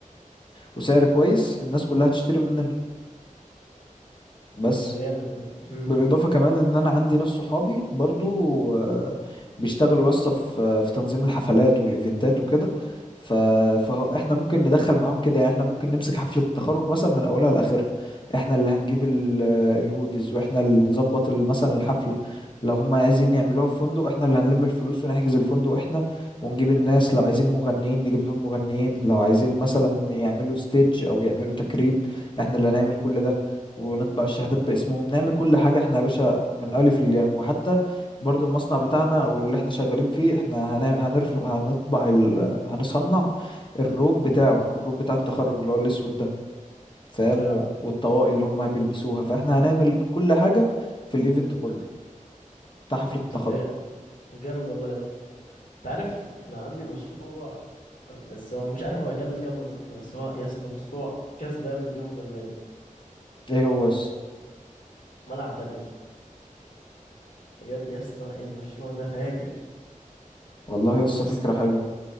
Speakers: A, on the left; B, on the left.
A: وسعر كويس الناس كلها هتشتري مننا بس
B: طب ده جامد ده امم
A: بالاضافه كمان ان انا عندي ناس صحابي برضو آه، بيشتغلوا يسطا في آه، في تنظيم الحفلات والايفنتات وكده ف... فاحنا ممكن ندخل معاهم كده يعني احنا ممكن نمسك حفله التخرج مثلا من اولها لاخرها احنا اللي هنجيب ال... الهودز واحنا اللي نظبط ال- مثلا الحفله لو هم عايزين يعملوها في فندق احنا اللي هنلم الفلوس ونحجز الفندق احنا ونجيب الناس لو عايزين مغنيين نجيب لهم مغنيين لو عايزين مثلا يعملوا ستيج او يعملوا تكريم احنا اللي هنعمل كل ده ونطبع الشهادات باسمهم نعمل كل حاجة احنا يا باشا من الألف للياء وحتى برضو المصنع بتاعنا أو اللي احنا شغالين فيه احنا هنعمل هنرفع هنطبع ال... هنصنع الروب بتاعه الروب بتاع التخرج اللي هو الأسود ده فاهم
B: اه
A: و- والطواقي اللي هم بيلبسوها فاحنا هنعمل كل حاجة في الإيفنت كله بتاع حفلة التخرج
B: طب ده جا- جامد والله يا اسطى تعرف انا عندي مشروع بس هو مش عارف هو هيكلف كام بالظبط بس هو يا اسطى مشروع كسبان مليون في المية
A: ايه هو يس
B: ملعب بدل بجد يا اسطى إيه المشروع ده فاجر
A: والله يس
B: يا
A: فكرة حلوة